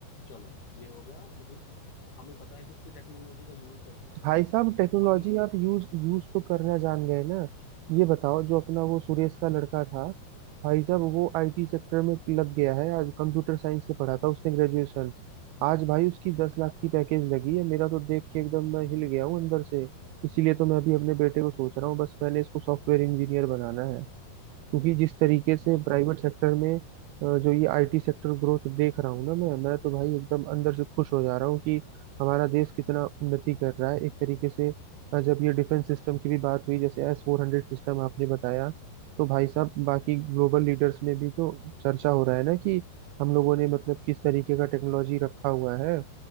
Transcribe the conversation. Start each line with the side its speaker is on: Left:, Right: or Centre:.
Left: चलो ये हो गया मतलब हमें पता है कि उसकी टेक्नोलॉजी का यूज कैसे करना
Right: भाई
Left: है।
Right: साहब टेक्नोलॉजी
Left: वहीं
Right: आप यूज यूज तो करना जान गए ना ये बताओ जो अपना वो सुरेश का लड़का था भाई साहब वो आईटी सेक्टर में लग गया है आज कंप्यूटर साइंस से पढ़ा था उसने ग्रेजुएशन आज भाई उसकी दस लाख की पैकेज लगी है मेरा तो देख के एकदम मैं हिल गया हूँ अंदर से इसीलिए तो मैं अभी अपने बेटे को सोच रहा हूँ बस मैंने इसको सॉफ्टवेयर इंजीनियर बनाना है क्योंकि जिस तरीके से
Left: बिल्कुल
Right: प्राइवेट सेक्टर में अ, जो ये आईटी सेक्टर ग्रोथ देख रहा हूँ ना मैं मैं तो भाई एकदम अंदर से खुश हो जा रहा हूँ कि हमारा देश कितना उन्नति कर रहा है एक तरीके से अ, जब ये डिफेंस सिस्टम की भी बात हुई जैसे एस फोर हंड्रेड सिस्टम आपने बताया तो भाई साहब बाकी ग्लोबल लीडर्स में भी तो चर्चा हो रहा है ना कि हम लोगों ने मतलब किस तरीके का टेक्नोलॉजी रखा हुआ है